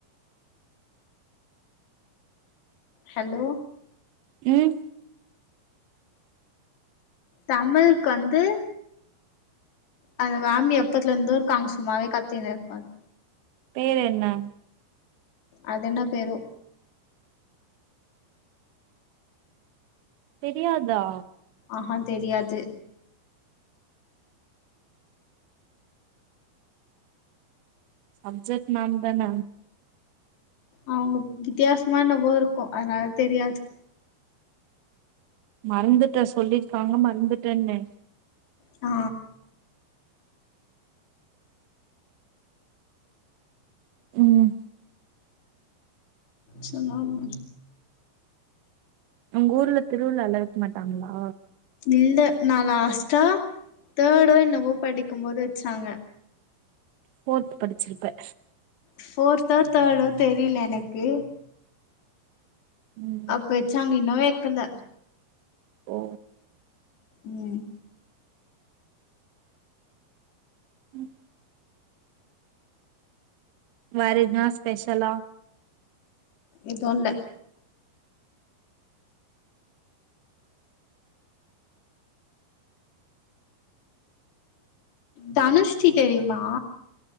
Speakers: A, on the left; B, on the right.
A: ஹலோ
B: ம்
A: தமிழ்க்கு வந்து அந்த மேம் எப்பத்துல இருந்தோ இருக்காங்க சும்மாவே கத்தினு இருப்பாங்க
B: பேர் என்ன
A: அது என்ன பேரோ
B: தெரியாதா
A: ஆஹா தெரியாது
B: சப்ஜெக்ட் மேம்தான
A: அவுங்க வித்யாசமா என்னவோ இருக்கு அதனால தெரியாது
B: மறந்துட்டே சொல்லியிருக்காங்க மறந்துட்டேனு
A: ஆ
B: ம்
A: சொன்னாங்க
B: உங்க ஊர்ல திருவிழாலா வெக்க மாட்டாங்ளா
A: இல்ல நா லாஸ்ட்டா தேர்டோ என்வோ படிக்கும்போது வெச்சாங்க
B: ஃபோர்த்து படிச்சிருப்ப
A: ஃபோர்த்தோ தேடோ தெரியல எனக்கு
B: ம்
A: அப்ப வெச்சாங்க இன்னு வெக்கல
B: ஓ
A: ம்
B: ம் வேற எதுனா ஸ்பெஷலா
A: எதுல்ல தனுஷ்ஸ்ரீ தெரியுமா